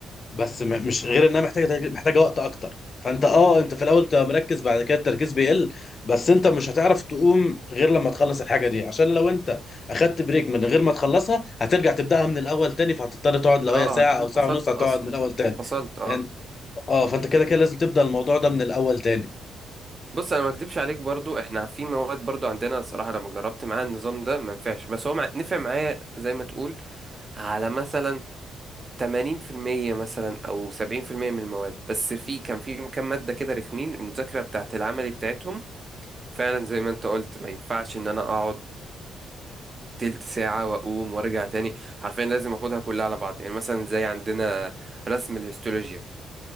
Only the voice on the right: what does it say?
اه
هتكون
فصلت
اصلا
هتكون
فصلت اه
بص انا ما اكدبش عليك برضو احنا في مواد برضو عندنا الصراحه لما جربت معاها النظام ده ما نفعش بس هو مع... نفع معايا زي ما تقول على مثلا تمانين في المية مثلا أو سبعين في المية من المواد بس في كان في كام مادة كده رخمين المذاكرة بتاعت العملي بتاعتهم فعلا زي ما أنت قلت ما ينفعش إن أنا أقعد تلت ساعة وأقوم وأرجع تاني حرفيا لازم أخدها كلها على بعض يعني مثلا زي عندنا رسم الهيستولوجيا